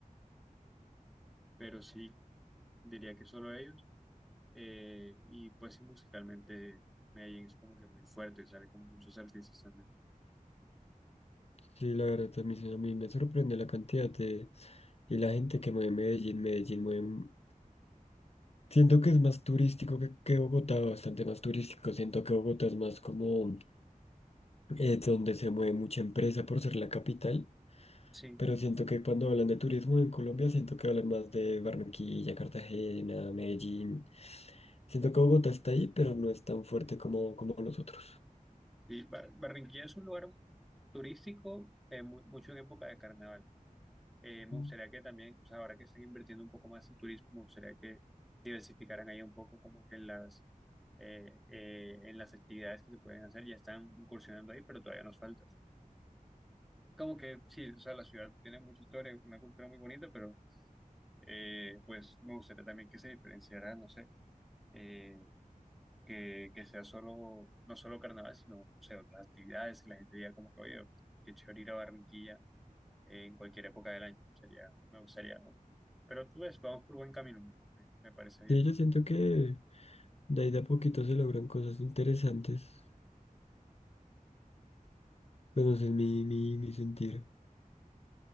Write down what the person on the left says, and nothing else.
sí, la verdad también a mí a mí me sorprende la cantidad de... Y la gente que mueve Medellín, Medellín mueve... mu- Siento que es más turístico que, que Bogotá, bastante más turístico. Siento que Bogotá es más como... eh, donde se mueve mucha empresa por ser la capital,
pero siento que cuando hablan de turismo en Colombia, siento que hablan más de Barranquilla, Cartagena, Medellín. Siento que Bogotá está ahí, pero no es tan fuerte como, como los otros.
Mm.
Sí, yo siento que de ahí de a poquito se logran cosas interesantes. Pues no sé, es mi, mi, mi sentir.